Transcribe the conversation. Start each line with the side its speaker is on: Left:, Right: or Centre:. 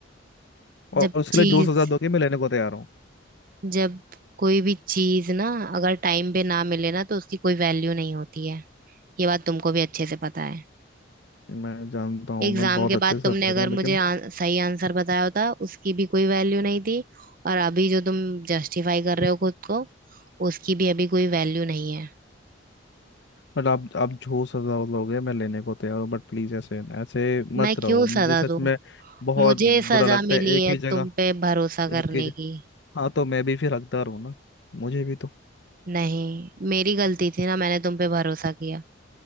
Left: और
Right: जब
Left: उसके
Right: चीज
Left: लिए जो सजा दोगे मैं लेने को तैयार हूँ
Right: जब कोई भी चीज ना अगर टाइम पे ना मिले ना तो उसकी कोई वैल्यू नहीं होती है ये बात तुमको भी अच्छे से पता है
Left: मैं जानता हूँ
Right: एग्जाम
Left: मैं बहुत
Right: के
Left: अच्छे
Right: बाद
Left: से
Right: तुमने
Left: समझ
Right: अगर
Left: रहा हूँ
Right: मुझे
Left: लेकिन
Right: आन, सही आंसर बताया होता उसकी भी कोई वैल्यू नहीं थी और अभी जो तुम जस्टिफाई कर रहे हो खुद को उसकी भी अभी कोई वैल्यू नहीं है
Left: बट आप आप जो सजा लोगे मैं लेने को तैयार हूँ बट प्लीज ऐसे ऐसे मत
Right: मैं
Left: रहो
Right: क्यों
Left: मुझे
Right: सजा
Left: सच
Right: दूं
Left: में बहुत
Right: मुझे
Left: बुरा
Right: सजा
Left: लगता
Right: मिली
Left: है एक
Right: है
Left: ही जगह
Right: तुम पे भरोसा करने
Left: एक ही जगह
Right: की
Left: हाँ तो मैं भी फिर हकदार हूँ ना मुझे भी तो
Right: नहीं मेरी गलती थी ना मैंने तुम पे भरोसा किया